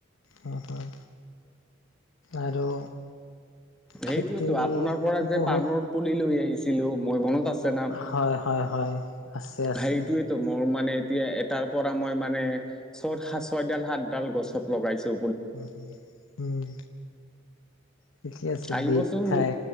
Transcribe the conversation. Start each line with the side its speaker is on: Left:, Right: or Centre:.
Left: হম হম আৰু
Centre: সেইটোয়েইতো,
Left: খেতি
Centre: আপোনাৰ পৰা যে
Left: বহুত
Centre: পাণৰ পুলি লৈ আহিছি ছিলো, মোৰ মনত আছে না।
Left: হয় হয় হয় আছে আছে
Centre: হেৰিটোৱে মোৰ মানে এতিয়া, এটাৰ পৰা মই মানে ছয়ডাল, সাতডাল গছত লগাইছোঁ।
Left: উম্, উম্। ঠিকে আছে।
Centre: আহিবচোন
Left: বিট খাই,